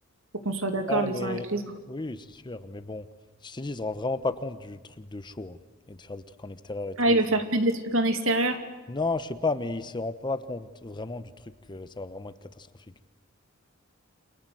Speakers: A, on the right (about 65°); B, on the left (about 20°).
A: faut qu'on soit d'accord
B: Ah,
A: les
B: mais
A: uns avec les autres.
B: oui, c'est sûr. Mais bon, si je t'ai dit, ils se rendent vraiment pas compte du truc de show hein, et de faire des trucs en extérieur et
A: Ah,
B: tout.
A: ils
B: ils
A: veulent faire que des trucs en extérieur? <laughs>
B: Non, je sais pas, mais ils se rendent pas compte vraiment du truc que ça va vraiment être catastrophique.